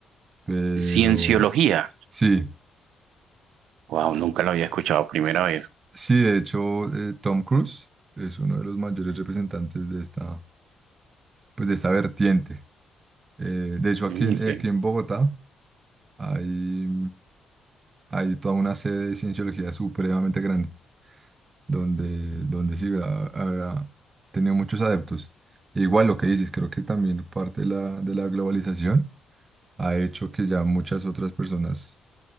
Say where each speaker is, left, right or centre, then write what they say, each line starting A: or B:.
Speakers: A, on the right (about 30°); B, on the right (about 80°).
A: pero
B: Cienciología.
A: sí,
B: Wow, nunca lo había escuchado, primera vez.
A: sí, de hecho eh, Tom Cruise es uno de los mayores representantes de esta, pues de esta vertiente. Eh, de hecho aquí,
B: Mm,
A: en-
B: ok,
A: aquí en Bogotá hay, hay toda una sede de cienciología supremamente grande, donde, donde sí ha, ha tenido muchos adeptos. E igual lo que dices, creo que también parte de la, de la globalización ha hecho que ya muchas otras personas